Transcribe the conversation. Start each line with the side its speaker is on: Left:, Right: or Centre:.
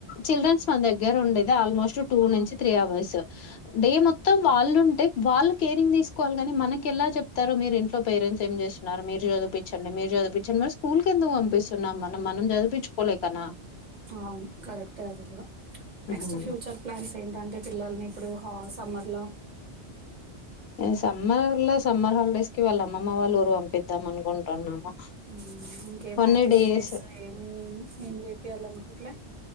Left: చిల్డ్రన్స్ మన దగ్గర ఉండేది ఆల్మోస్ట్ టూ నుంచి త్రీ అవర్స్ డే మొత్తం వాళ్ళుంటే వాళ్ళు కేరింగ్ తీసుకోవాలి కాని మనకి ఎలా చెప్తారు మీరు ఇంట్లో పేరెంట్స్ ఏం చేస్తున్నారు మీరు చదివిపిచ్చండి మీరు చదివిపిచ్చండి మరి స్కూల్ కి ఎందుకు పంపిస్తున్నాం మనం మనం చదిపించుకోలేకనా
Right: అవును కరెక్టే అది కూడా నెక్స్ట్
Left: హ్మ్.
Right: ఫ్యూచర్ ప్లాన్స్ ఏంటంటే పిల్లల్ని ఇప్పుడు హో సమ్మర్లో
Left: సమ్మర్లా సమ్మర్ హాలిడేస్ కి వాళ్ళు అమ్మమ్మ వాళ్ళు ఊరు పంపిద్దాం అనుకుంటున్నాము
Right: హుమ్ ఇంకేం
Left: కొన్ని
Right: యాక్టివిటీస్
Left: డేస్
Right: ఏమి ఏం చేపియాలి అనుకుటలే